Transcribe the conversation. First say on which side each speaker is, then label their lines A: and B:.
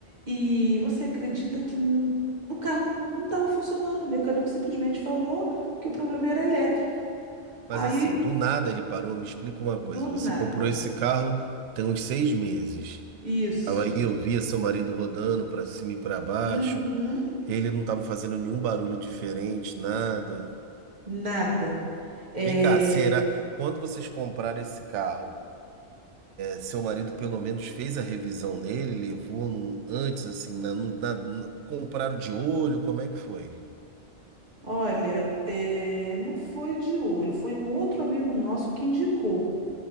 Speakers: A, on the right; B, on the right.
A: E você acredita que n- o carro não estava funcionando? O mecânico simplesmente falou que o problema era elétrico.
B: Mas
A: Aí,
B: assim, do nada ele parou. Me explica uma
A: do
B: coisa.
A: nada.
B: Você comprou esse carro tem uns seis meses.
A: Isso.
B: Tava aí, eu via seu marido rodando pra cima e pra baixo.
A: Uhum,
B: Ele não tava fazendo nenhum barulho diferente, nada.
A: nada. É,
B: Vem cá, será? Quando vocês compraram esse carro? Seu marido pelo menos fez a revisão nele, levou num- antes, assim, na, no- na- na- compraram de olho, como é que foi?
A: olha, é, não foi de olho, foi um outro amigo nosso que indicou.